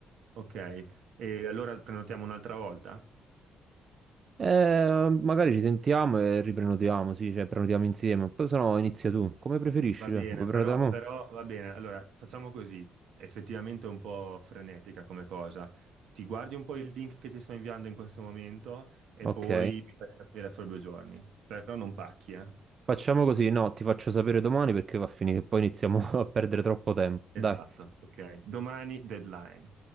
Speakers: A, on the right (about 80°); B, on the right (about 45°).
A: ok. E allora prenotiamo un'altra volta?
B: Eh, magari ci sentiamo e riprenotiamo, sì, cioè prenotiamo insieme, poi se no inizia tu, come preferisci,
A: Va bene,
B: eh, vuoi prenotare
A: però,
B: mo?
A: però va bene. Allora, facciamo così. Effettivamente è un po' frenetica come cosa. Ti guardi un po' il link che ti sto inviando in questo momento e
B: Ok.
A: poi mi fai capire fra due giorni. Però non pacchi, eh.
B: Facciamo così, no, ti faccio sapere domani perché va a finire che poi iniziamo <laughs> a perdere troppo tempo, dai.
A: Esatto, ok. Domani deadline.